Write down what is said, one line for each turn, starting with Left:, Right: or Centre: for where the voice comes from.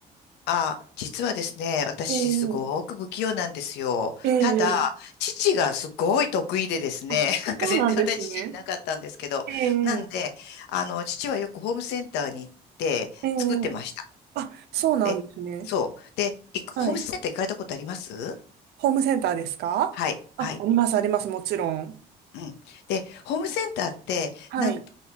Left: あ、実はですね、私すごく不器用なんですよ。
Right: ええ、ええ、
Left: ただ、父がすごい得意でですね、
Right: あ、
Left: <laughs> なんか全然私父いなかったんですけど、
Right: そうなんですね。ええ、
Left: なんで、あの、父はよくホームセンターに行って作ってました。
Right: ええ、あ、そうなんですね。
Left: で、そう。で、いくホームセンター行かれたことあります
Right: はい。ホームセンターですかあ、
Left: はい、はい。
Right: あります、あります、もちろん。
Left: うん。で、ホームセンターって、
Right: はい。
Left: なんか、